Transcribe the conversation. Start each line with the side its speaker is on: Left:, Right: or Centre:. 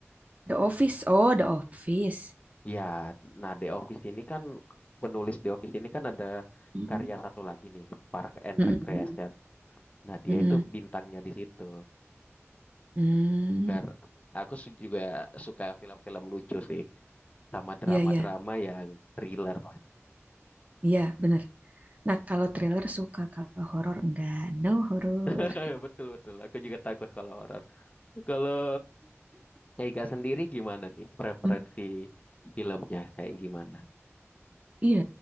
Right: The Office. Oh, The Office.
Left: ya nah The Office ini kan penulis The Office ini kan ada
Right: Mhm.
Left: karya satu lagi nih Park and
Right: Mm-mm.
Left: Recreation nah dia
Right: Mm-mm.
Left: itu bintangnya di situ
Right: Mm.
Left: Kar- aku su- juga suka film-film lucu sih, sama drama-drama
Right: Iya, iya.
Left: yang thriller.
Right: Iya, bener. Nah, kalau thriller suka, kalau horor enggak. No horor.
Left: <laughs> Betul betul. Aku juga takut kalau horor. Kalau Ega sendiri gimana nih preferensi
Right: Mm,
Left: filmnya kayak gimana?
Right: Iya,